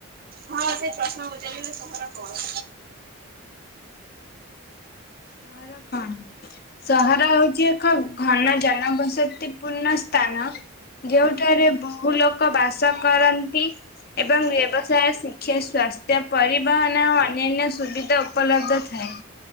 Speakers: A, on the right; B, on the left.
A: ହଁ ସେଇ ପ୍ରଶ୍ନ ପଚାରିଲେ ସହର କଣ?
B: ସହର କଣ? ସହର ହଉଛି ଏକ ଘନ ଜନବସତି ପୂର୍ଣ୍ଣ ସ୍ଥାନ। ଯେଉଁଠାରେ ବହୁ ଲୋକ ବାସ କରନ୍ତି। ଏବଂ ବ୍ୟବସାୟ, ଶିକ୍ଷା, ସ୍ୱାସ୍ଥ୍ୟ, ପରିବହନ ଓ ଅନ୍ୟାନ୍ୟ ସୁବିଧା ଉପଲବ୍ଧ ଥାଏ।